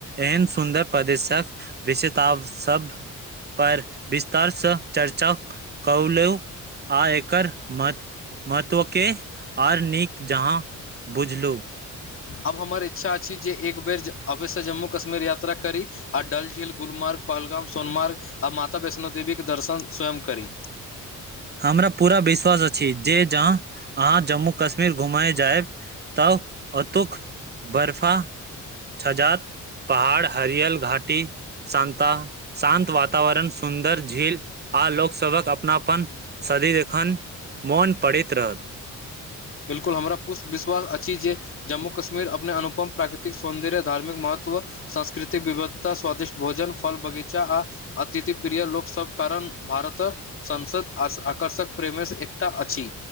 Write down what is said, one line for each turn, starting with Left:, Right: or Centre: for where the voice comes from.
Right: एहन सुन्दर प्रदेशक विषता शब्द पर विस्तारसे चर्चा कौलू आ एकर म महत्व के आर नीक जहाँ बुझलु
Left: अब हमर इच्छा अछि जे एक बेर अवैसँ जम्मू कश्मीर यात्रा करी आ डल झील गुलमार्ग पहलगाम सोनमार्ग आ माता वैष्णो देवी के दर्शन स्वयं करी।
Right: हमरा पूरा विश्वास अछि जे जहाँ अहाँ जम्मू कश्मीर घुमय जायब तब अतुक बर्फा छजात। पहाड़ हरियल घाटी शान्ता शान्त वातावरण सुन्दर झील आ लोकसभक अपनापन सदी एखन मोन पड़ैत रहत।
Left: बिल्कुल हमरा पुष् विश्वास अछि जे जम्मू कश्मीर अपने अनुपम प्राकृतिक सौन्दर्य धार्मिक महत्व सांस्कृतिक विविधता स्वादिष्ट भोजन फल बगीचा आ अतिथि प्रिय लोकसभ कारण भारत संसद आकर्षक प्रेमेस एकटा अछि।